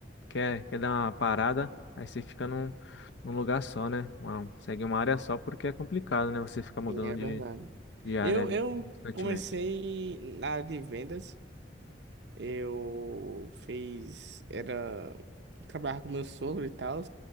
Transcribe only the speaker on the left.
quer, quer dar uma parada, aí você fica num, num lugar só, né? Uma- segue uma área só porque é complicado, né? Você ficar mudando
de,
de área
ali
constantemente.